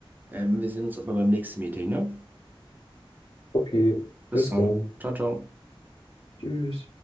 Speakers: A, on the right; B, on the left.
A: Ähm, wir sehen uns aber beim nächsten Meeting, ne?
B: Okay,
A: Bis
B: bis
A: dann.
B: dann.
A: Ciao, ciao.
B: Tschüss.